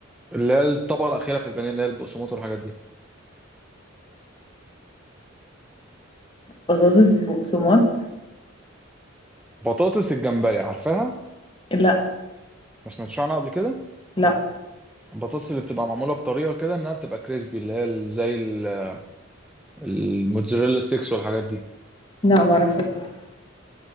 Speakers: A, in the centre; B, on the left.
A: اللي هي الطبقة الأخيرة في البانيه اللي هي البقسماط والحاجات دي
B: بطاطس بقسماط
A: بطاطس الجمبري عارفاها؟
B: لا
A: ما سمعتش عنها قبل كده؟
B: لا
A: البطاطس اللي بتبقى معمولة بطريقة كده إنها بتبقى كريسبي اللي هي ال- زي ال- الموتزاريلا ستيكس والحاجات دي
B: لا معرفش أصلاً.